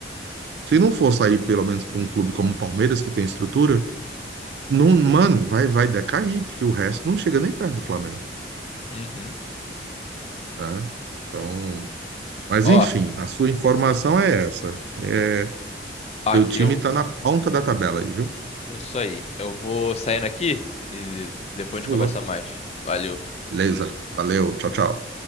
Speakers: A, on the right (about 65°); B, on the left (about 35°).
A: Se não for sair pelo menos para um clube como o Palmeiras, que tem estrutura, não, mano, vai, vai decair, porque o resto não chega nem perto do Flamengo,
B: Uhum.
A: né? Então, mas
B: Ó,
A: enfim, a sua informação é essa. É,
B: aqui
A: teu time
B: eu.
A: tá na ponta da tabela aí, viu?
B: Isso aí. Eu vou saindo aqui e depois
A: Falou.
B: a gente conversa mais. Valeu.
A: Beleza. Valeu. Tchau, tchau.